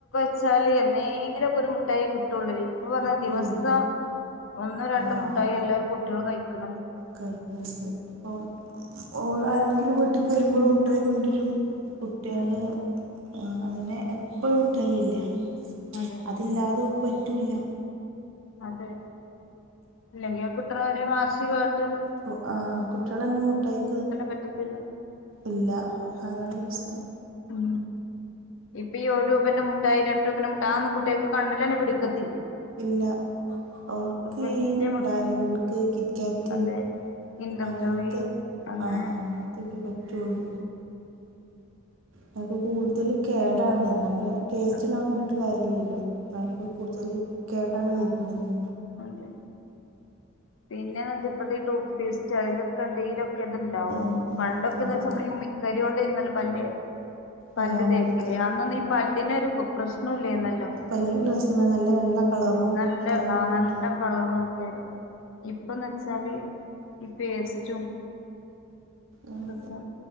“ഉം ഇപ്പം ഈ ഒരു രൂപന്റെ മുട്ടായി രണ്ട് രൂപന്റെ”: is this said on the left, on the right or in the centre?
Left